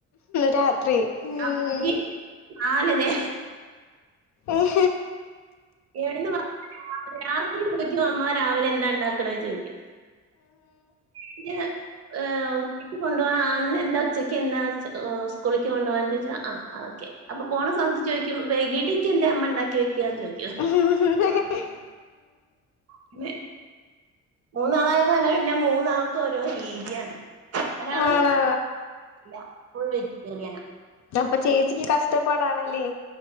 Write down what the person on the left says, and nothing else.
രാത്രി ഉം
ഉം
<inaudible>
ആണോ
ദാ പ്പൊ ചേച്ചിക്ക് കഷ്ടപ്പാടാണല്ലേ